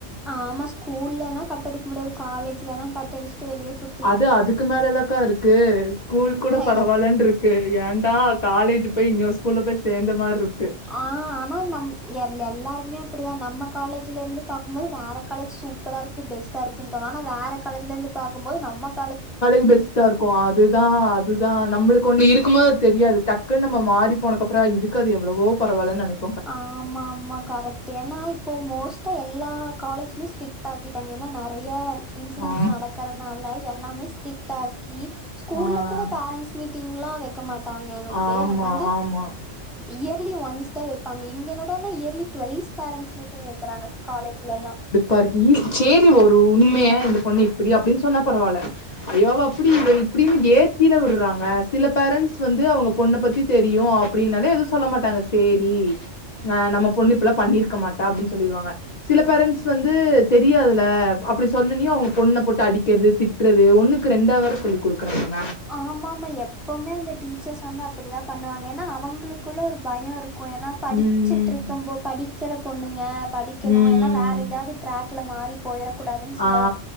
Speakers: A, in the centre; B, on the left (about 40°).
A: ஆமா ஸ்கூல்லலா கட்டடிக்க முடியாது காலேஜ்லல்லா கட்டடிச்சுட்டு வெளிய சுத்
B: அது அதுக்கு மேலலக்கா இருக்கு ஸ்கூல் கூட
A: ஐ
B: பரவாலன்ரு க்கு ஏன்டா காலேஜ் போய் இன்னோரு ஸ்கூல்ல போய் சேர்ந்த மார்க்கு
A: ஆ ஆனா நம் எ எல்லாருக்குமே அப்டிதா நம்ம காலேஜ்ல இருந்து பாக்கும்போது வேற காலேஜ் சூப் ப்பரா இருக்கு பெஸ்ட இருக்குன் தோனு ஆனா வேற காலேஜ்ல இருந்து பாக்குபோது நம்மக்
B: காலேஜ் பெஸ்ட்டா இருக்கு அதுதா அதுதா நம்ளுக் கொன்னு இருக்கும் போது தெரியாது டக்குன்னு நம்ம மாறி போனக்ப்பரோ இதுக்கு அது எவ்ளோவோ பரவால்ன்னு நெனைக்
A: ஆமா ஆமா கரெக்ட் ட்டு ஏனா இப்போ மோஸ்ட்டா எல்லா காலேஜ்மே ஸ்ட்ரிக்ட் ஆக்கிட்டாங்க ஏன்னா நெறையா இன்சிடென்ட்ஸ்
B: ஆ
A: நடக்கறனால எல்லாமே ஸ்ட்ரிக்ட் ஆக்கி ஸ்கூல்ல
B: ஆ
A: கூட பேரண்ட்ஸ் மீட் டிங்க்லா வெக்க மாட்டாங்க எனக்கு
B: ஆமா
A: எனக் வந்து
B: ஆமா
A: இயர்லி ஒன்ஸ் டா வெப்பாங்க இங்க என்னடனா இயர்லி டு்வைஸ் பேரன்ஸ் மீட்டிங் வெக்கிறாங்க காலேஜ்ல எல்லா
B: பார்க்கி சேரி ஒரு உண்மையா இந்த பொண்ணு இப்டி அப்டின்னு சொன்னா பரவால்ல ஐயோ அவ அப்டி இவ இப்டின்னு ஏத்தில விடுறாங்க சில பேரண்ட்ஸ் வந்து அவங்க பொண்ண பத்தி தெரியு அ அப்டின்னால எதுவு சொல்ல மாட்டாங்க சேரி ஆ நம்ம பொண்ணு இப்புல்லா பண்ணிருக்க மாட்டா அப்டின்னு சொல்லிருவாங்க சில பேரண்ட்ஸ் வந்து தெரியாதுல அப்டி சொன்னனியே அவங்க பொண்ண போட்டு அடிக்கிறது திட் றது ஒண்ணுக்கு ரெண்டா வேற சொல்லி குடுக்குறாங்கன்னா
A: ஆமா ஆமா எப்வுமே அந்த டீச்சர்ஸ் வந்து அப்டிதா பண்ணுவாங்க ஏனா அவங்களுக்குள்ள ஒரு பயோ இருக் இருக்கு ஏனா படிச்சிட்டு
B: ம்
A: இருக்கு போ படிக்கிற பொண்ணுங்க படிக்கணு
B: ம்
A: ஏனா வேற ஏதாவது ட்ராக்ல மாறி போயிரொ கூடாதுன்னு சில
B: ஆ